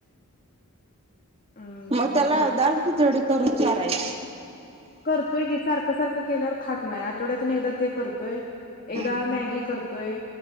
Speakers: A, on the left; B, on the right.
A: हम्म
B: मग त्याला
A: व
B: दाल खिचडी करून चारायची
A: करतोय की सारखं सारखं केल्यावर खात नाही आठवड्यातून एकदा ते करतोय एकदा
B: हम्म
A: मॅगी करतोय